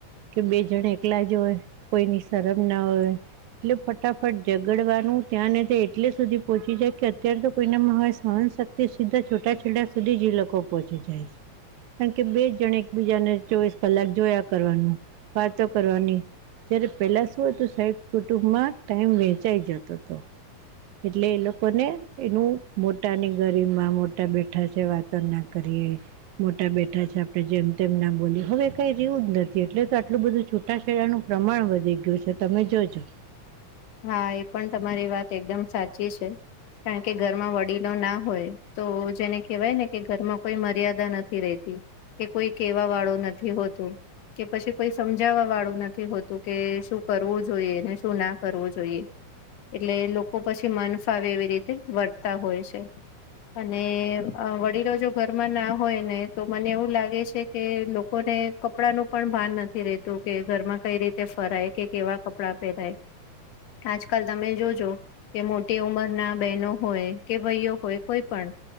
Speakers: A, on the right; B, on the left.
A: કે બે જણ એકલાજ હોય, કોઈની શરમ ના હોય. એટલે ફટાફટ ઝગડવાનું, ત્યાં ને તે એટલેસ સુધી પહોંચી જાય, કે અત્યારેતો કોઈનામાં હવે સહન શક્તિ સીધા છોટાછેડા સુધીજ એ લોકો પહોંચી જાય છે. કારણકે બેજ જણે એકબીજાને ચોવીસ કલાક જોયા કરવાનું, વાતો કરવાની. જ્યારે પહેલાં શું હતું સાહેબ, કુટુંબમાં ટાઇમ વહેંચાઈ જતો હતો. એટલે એ લોકોને, એનું મોટાની ગરીમાં, મોટા બેઠા છે વાતો ના કરીએ. મોટા બેઠા છે આપડે જેમ તેમ ના બોલીયે, હવે કઈ રિયુજ નથી, એટલે તો આટલું બધું છુ ટાછેડાનું પ્રમાણ વધી ગયું છે, તમે જોજો.
B: હા, એ પણ તમારી વાત એકદમ સાચી છે. કારણ કે ઘરમાં વડીલો ના હોય, તો જેને કહેવાય ને કે ઘરમાં કોઈ મર્યાદા નથી રહેતી, કે કોઈ કેવા વાળો નથી હોતું. કે પછી કોઈ સમજાવવા વાળું નથી હોતું, કે શું કરવું જોઈએ, ને શું ના કરવું જોઈએ, એટલે લોકો પછી મન ફાવે એવી રીતે વર્તા હોય છે. અને, અ વડીલો જો ઘરમાં ના હોયને, તો મને એવું લાગે છે કે લોકોને કપડાનું પણ ભાન નથી રેતું, કે ઘરમાં કઈ રીતે ફરાય, કે કેવ કપડા પહેરાય, આજકાલ તમે જોજો કે મોટી ઉંમરના બહેનો હોય, કે ભાઈઓ હોય, કોઈ પણ